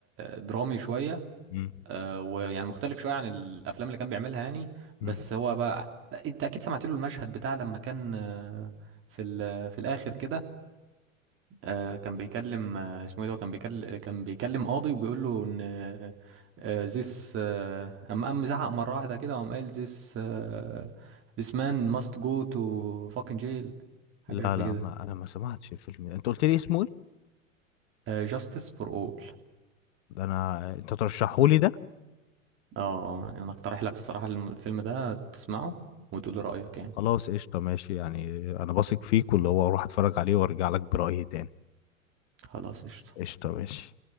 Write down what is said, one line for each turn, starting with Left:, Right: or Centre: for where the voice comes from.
Right: درامي شويه
Left: امم
Right: آه ويعني مختلف شويه عن الافلام اللي كان بيعملها يعني بس
Left: امم
Right: هو بقى آه، انت اكيد سمعت له المشهد بتاع لما كان آه، في ال... في الاخر كده آه كان بيكلم آه اسمه ايه ده كان بيكلم كان بيكلم قاضي وبيقول له ان آه آه، this آه اما قام زعق مره واحده كده وقام قال this آه this man must go to fucking jail حاجه
Left: لا
Right: شكل
Left: لا
Right: كده
Left: ما انا ما سمعتش الفيلم ده. انت قلت لي اسمه إيه؟
Right: آه justice for all
Left: ده انا انت ترشحهولي ده
Right: اه آه، انا اقترح لك الصراحه الم- الفيلم ده تسمعه وتقول لي رايك يعني
Left: خلاص قشطه ماشي يعني انا بثق فيك واللي هو اروح اتفرج عليه وارجع لك برأيي تاني
Right: خلاص قشطه
Left: قشطه ماشي